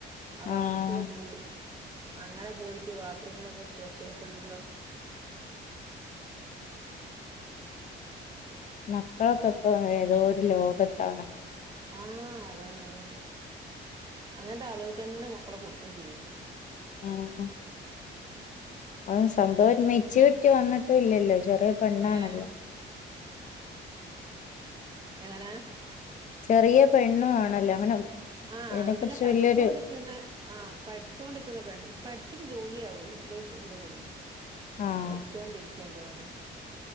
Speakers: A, on the right; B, on the left.
A: അപ്പൊ
B: ആഹ്
A: അസ്വസ്ഥത കൂടി അങ്ങനെ പോയിട്ട് ബാത്ത്റൂമ്ന്നൊക്കെ പ്രസവിക്കണമെങ്കിലോ
B: മക്കളൊക്കെ ഇപ്പ ഏതോ ഒരു ലോകത്താണ്
A: ആഹ് അതെ അതള്ളാ അങ്ങനത്തെ ആളുകൾക്കെന്നെ മക്കളെ കൊടുക്കും ചെയ്യും
B: മ് ഉം സംഭവം ഒരു മെച്ചുരിറ്റി വന്നിട്ടും ഇല്ലല്ലോ ചെറിയ പെണ്ണാണല്ലോ
A: ഏഹ് എങ്ങനെ
B: ചെറിയ പെണ്ണു ആണല്ലോ അങ്ങനെ
A: ആഹ്
B: ഇതിനെ
A: അത്
B: കുറിച്ച്
A: പിന്നെ പഠിച്ചോണ്ട്ക്ക്
B: വല്യൊരു
A: ന്നെ ആഹ് പഠിച്ചോണ്ട്ക്ക്ന്നെ പെണ്ണ് പഠിച്ചിട്ട് ജോലി ആവേ എന്തോ ചെയ്യ്ണ്ട് തോന്ന്ണു
B: ആഹ്
A: പഠിച്ചൊണ്ടിരിക്യ എന്തോ ആണ്